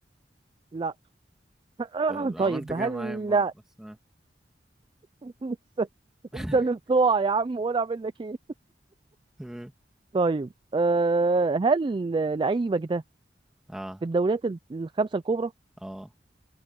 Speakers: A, on the right; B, in the centre.
A: لا <clears throat>
B: طب عملت
A: طيب
B: كده
A: هل
B: معايا برضه بس انا
A: <laughs>
B: <laughs>
A: انت اللي بتوع يا عم وانا اعمل لك ايه
B: مم.
A: طيب أه هل لعيبك ده
B: اه
A: في الدوريات ال- الخمسه الكبرى
B: اه